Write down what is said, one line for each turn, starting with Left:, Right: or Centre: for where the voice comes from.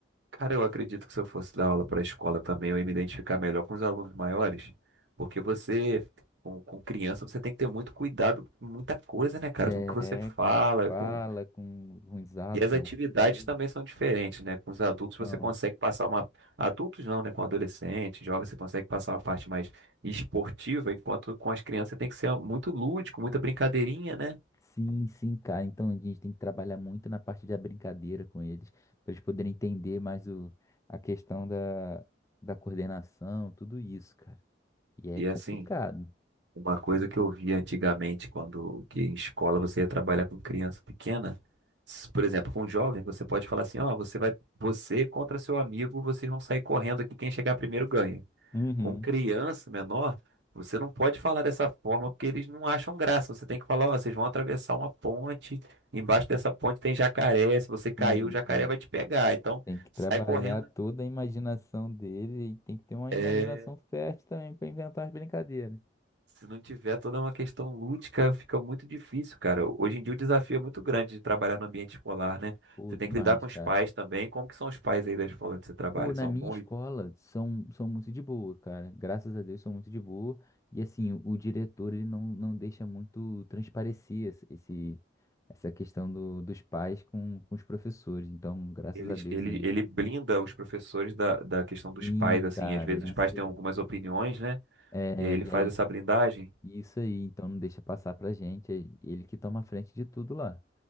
Right: Cara, eu acredito que se eu fosse dar aula para a escola também, eu ia me identificar melhor com os alunos maiores, porque você, com, com criança, você tem que ter muito cuidado com muita coisa, né, cara?
Left: É,
Right: Com o que você fala,
Left: com o que fala,
Right: com...
Left: com ruins atos
Right: E as
Left: de
Right: atividades
Left: alguma coisa.
Right: também são diferentes, né? Com os adultos
Left: Então,
Right: você consegue passar uma... Adultos não, né? Com adolescente, jovem, você consegue passar uma parte mais esportiva, enquanto com as crianças você tem que ser muito lúdico, muita brincadeirinha, né?
Left: sim, sim, cara. Então a gente tem que trabalhar muito na parte da brincadeira com eles, para eles poderem entender mais o, a questão da, da coordenação, tudo isso, cara. E é
Right: E
Left: complicado.
Right: assim, Uma coisa que eu via antigamente, quando que em escola você ia trabalhar com criança pequena, s- por exemplo, com jovem, você pode falar assim, ó, você vai, você contra seu amigo, vocês vão sair correndo aqui, quem chegar primeiro ganha.
Left: Uhum.
Right: Com criança menor, você não pode falar dessa forma porque eles não acham graça. Você tem que falar, ó, vocês vão atravessar uma ponte, embaixo dessa ponte tem jacaré, se você cair,
Left: Sim,
Right: o jacaré
Left: cara.
Right: vai te pegar. Então,
Left: Tem que trabalhar
Right: sai correndo.
Left: toda a imaginação dele e tem que ter uma
Right: É,
Left: imaginação fértil também para inventar as brincadeiras.
Right: Se não tiver toda uma questão lúdica, fica muito difícil, cara. Hoje em dia o desafio é muito grande de trabalhar no ambiente escolar, né?
Left: Pô,
Right: Você
Left: demais,
Right: tem que lidar com os
Left: cara.
Right: pais também. Como que são os pais aí da escola onde você trabalha?
Left: Pô, na
Right: São
Left: minha
Right: bons?
Left: escola são, são muito de boa, cara. Graças a Deus são muito de boa. E assim, o diretor ele não, não deixa muito transparecer esse, esse- essa questão do, dos pais com, com os professores. Então, graças
Right: Eles,
Left: a Deus
Right: ele,
Left: aí.
Right: ele blinda os professores da, da questão dos
Left: Sim,
Right: pais, assim.
Left: cara,
Right: Às vezes
Left: isso
Right: os pais têm
Left: aí.
Right: algumas opiniões, né?
Left: É,
Right: E aí ele
Left: e
Right: faz
Left: aí,
Right: essa blindagem.
Left: isso aí. Então, não deixa passar pra gente. É ele que toma a frente de tudo lá.